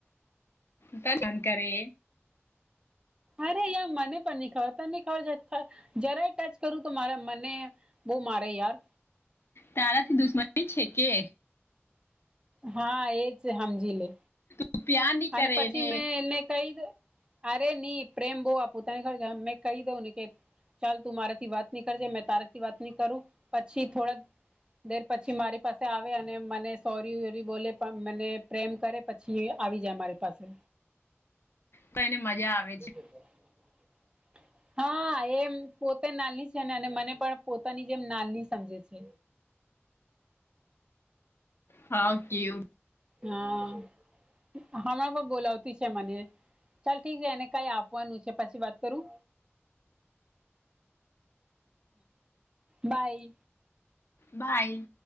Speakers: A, on the left; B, on the right.
A: ત જાણ કરે
B: અરે યાર મને પણ નહી ખબર તને ખબર છે જરાય ટચ કરું તો મારા મને બહ મારે યાર
A: સારાથી દુશ્મની છે કે
B: હા એજ સમજી લે
A: તું પ્યાર નહીં
B: અને
A: કરે
B: પછી
A: એને
B: મેં એને કઈ અરે નહી પ્રેમ બહ આપ પોતાનીર મેં કહી દઉં ને કે ચાલ તું મારાથી વાત નહી કરજે મેં તારાથી વાત નહી કરું પછી થોડા દેર પછી મારી પાસે આવે અને મને સોરી ઓરી બોલે મને પ્રેમ કરે પછી આવી જાય અમારી પાસે હ
A: પણ એને મજા આવે
B: <unintelligible>
A: છે
B: હા એમ પોતે નાલની છે ને અને મને પણ પોતાની જેમ નાની સમજે છે
A: હા ઓકે ઓ
B: હા હણા પણ બોલાવતી છે મને ચાલ ઠીક છે એને કઈ આપવાનું છે પછી વાત કરું બાય
A: બાય